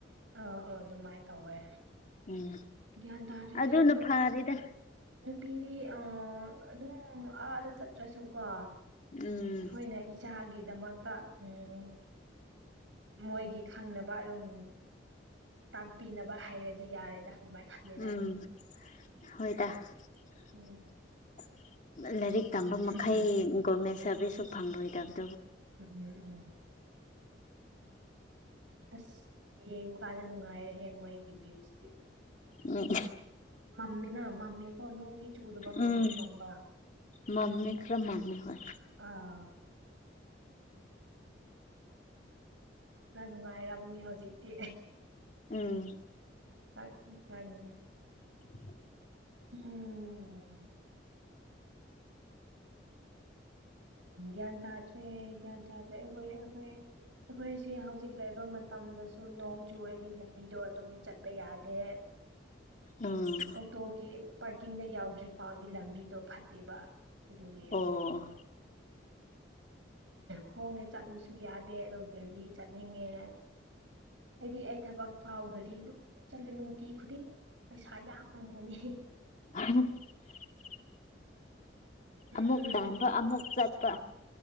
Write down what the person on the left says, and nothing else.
ꯎꯝ
ꯑꯗꯨꯅ
ꯐꯔꯦꯗ
ꯎꯝ
ꯎꯝ
ꯍꯣꯏꯗꯔꯤ
ꯇꯝꯕ ꯃꯈꯩ
ꯒꯣꯔꯃꯦꯟ ꯁꯔꯚꯤꯁꯁꯁꯨ ꯐꯪꯂꯣꯏꯗꯕꯅꯤ
ꯎꯝ
ꯎꯝ
ꯃꯝꯃꯤ ꯈꯔ ꯃꯝꯃꯤ ꯍꯣꯏ
ꯎꯝ
<unintelligible>
ꯎꯝ
ꯑꯣ
ꯑ ꯑꯃꯨꯛ
ꯇꯥꯟꯕ ꯑꯃꯨꯛ ꯆꯠꯄ